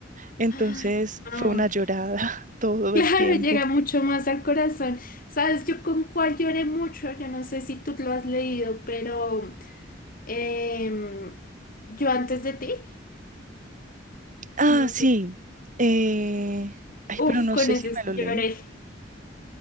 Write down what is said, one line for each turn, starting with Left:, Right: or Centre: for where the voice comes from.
Right: Entonces
Left: Ay,
Right: fue
Left: no.
Right: una
Left: <laughs>
Right: llorada <laughs> todo
Left: Claro,
Right: el tiempo.
Left: llega mucho más al corazón. ¿Sabes yo con cuál lloré mucho? Yo no sé si tú lo has leído, pero em, yo antes de ti,
Right: Ah,
Left: no sé.
Right: sí. eh, Ay,
Left: Uf,
Right: pero no
Left: con
Right: sé
Left: ese
Right: si me
Left: sí
Right: lo leí.
Left: lloré.